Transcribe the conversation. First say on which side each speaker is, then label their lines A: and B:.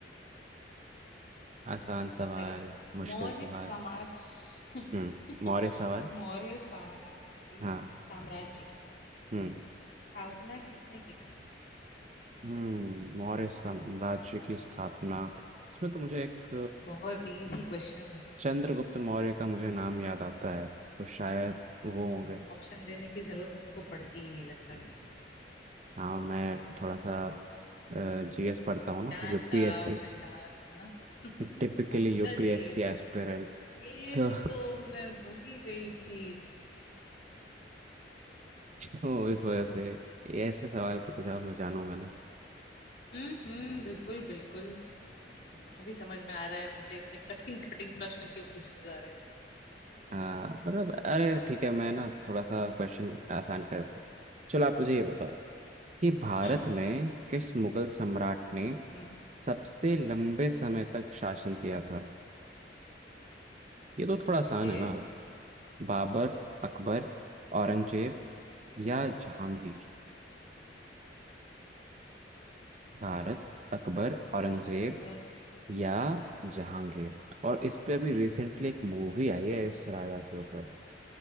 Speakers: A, on the right; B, on the left.
A: आसान सवाल
B: चलो
A: मुश्किल
B: मौर्य
A: सवाल
B: समाज
A: हम्म
B: <laughs>
A: मौर्य सवाल
B: मौर्य साम्राज्य की
A: हाँ
B: साम्राज्य की
A: हम्म
B: स्थापना किसने की थी
A: हम्म मौर्य साम्राज्य की स्थापना इसमें तो मुझे एक
B: बहुत इजी क्वेश्चन है
A: चंद्रगुप्त मौर्य का मुझे नाम याद आता है तो शायद वो हो गए
B: ऑप्शन देने की जरूरत तुमको पड़ती ही नहीं लगता है मुझे
A: हाँ मैं थोड़ा सा जीएस पढ़ता हूँ ना
B: ज्ञान
A: यूपीएससी
B: का भंडार है ना <laughs>
A: Typically
B: अच्छा
A: यूपीएससी
B: जी
A: aspirant
B: ये
A: तो अ,
B: तो मैं भूल ही गई थी
A: तो इस वजह से ऐसे सवाल पर कुछ और मैं जानूंगा ना
B: हम्म हम्म बिल्कुल बिल्कुल अभी समझ में आ रहा है मुझे इतने कठिन कठिन प्रश्न क्यों पूछे जा रहे हैं
A: अ, मतलब अरे ठीक है मैं ना थोड़ा सा क्वेश्चन आसान कर देता हूँ चलो आप मुझे ये बताओ कि भारत
B: हम्म
A: में किस मुगल सम्राट ने
B: हम्म
A: सबसे लंबे समय तक शासन किया था ये तो थोड़ा आसान
B: ओके
A: है ना बाबर अकबर औरंगजेब या जहांगीर भारत अकबर औरंगजेब
B: पर, पर
A: या जहांगीर और इस पे अभी रिसेंटली एक मूवी आई है इस राजा के ऊपर